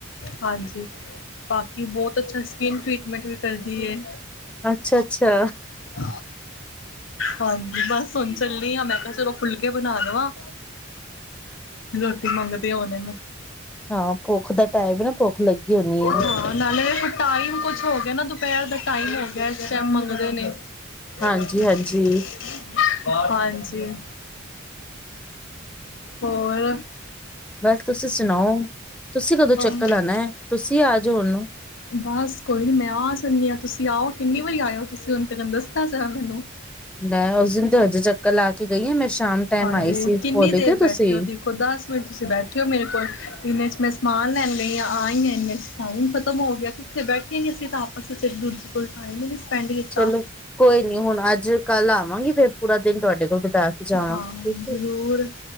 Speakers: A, on the left; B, in the centre.
A: ਹਾਂਜੀ, ਬਾਕੀ ਬੋਤ ਅੱਛਾ ਸਕਿੰਨ ਟ੍ਰੀਟਮੈਂਟ ਵੀ ਕਰਦੀ ਏ
B: ਅੱਛਾ-ਅੱਛਾ।
A: <inaudible> ਹਾਂਜੀ ਬਸ ਹੁਨ ਚੱਲੀ ਆ ਮੈਂ ਮੈਂ ਚਲੋ ਫੁਲਕੇ ਬਨਾ ਦਵਾਂ। ਰੋਟੀ ਮੰਗਦੇ ਹੋਨੇਨ।
B: ਹਾਂ ਪੋਖ ਦਾ ਟਾਈਮ ਏਨਾ ਪੋਖ ਲੱਗੀ ਹੋਨੀ ਏ
A: ਹਾਂ ਨਾਲੇ ਦੇਖੋ ਟਾਈਮ ਕੁਛ ਹੋ ਗੇਆ ਨਾ ਦੁਪੈਰ ਦਾ ਟਾਈਮ ਹੋ ਗਿਆ ਇਸ ਟਾਈਮ ਮੰਗਦੇ ਨੇ ਰਾਜਾ
B: ਹਾਂਜੀ-ਹਾਂਜੀ
A: ਆਪਣੇ-ਆਪਣੇ ਕਾਮ <unintelligible> ਹਾਂਜੀ ਹੋਰ
B: ਬਸ ਤੁਸੀਂ ਸੁਣਾਓ, ਤੁਸੀਂ ਕਦੋਂ
A: ਬਸ
B: ਚੱਕਰ ਲਾਨੈ ਤੁਸੀਂ ਆ ਜੋ ਹੂੰਨ।
A: ਬਾਸ ਕੋਈ ਨੀ ਮੈਂ ਆ ਜਾਨੀਂ ਆਂ ਤੁਸੀਂ ਆਓ ਕਿੰਨੀ ਵਾਰੀ ਆਏਓ ਤੁਸੀਂ ਮੈਨੂ ਦੱਸਨਾ ਜਰਾ ਮੈਨੂੰ।
B: ਮੈਂ ਉਸੀ ਦਿਨ ਤੇ ਹਜੇ ਚੱਕਰ ਲਾ ਕੇ ਗਈ ਆਂ ਮੈਂ ਸ਼ਾਮ ਟਾਈਮ
A: ਹਾਏ!
B: ਆਈ ਸੀ ਭੁੱਲ
A: ਕਿੰਨੀ ਦੇਰ
B: ਗਏ
A: ਬੈਠੇ
B: ਤੁਸੀਂ
A: ਓ ਦੀ ਓ ਦਸ ਮਿੰਟ ਤੁਸੀਂ ਬੈਠੇ ਓ ਮੇਰੇ ਕੋਲ, ਇਨੇ'ਚ ਮੈਂ ਸਮਾਨ ਲੈਨ ਗਈ ਆਂ ਆਈਂ ਆਂ ਇੱਨੇ 'ਚ ਟਾਈਮ ਖਤਮ ਹੋ ਗਿਆ। ਤੇ ਬੈਠੇ ਨੀ ਅਸੀਂ ਤਾਂ ਆਪਸ ਵਿੱਚ ਇੱਕ ਦੂਜੇ ਕੋਲ ਟਾਈਮ ਈ ਨੀ ਸਪੈਂਡ ਕੀਤਾ।
B: ਚਲੋ ਕੋਈ ਨੀ ਹੁਣ ਅੱਜ-ਕੱਲ ਆਵਾਂਗੀ ਫੇਰ ਪੂਰਾ ਦਿਨ ਤੁਆਡੇ ਕੋਲ ਬਿਤਾ ਕੇ ਜਾਵਾਂਗੀ
A: ਹਾਂ ਹੁਣ
B: ਠੀਕ ਹੈ।
A: ਜ਼ਰੂਰ,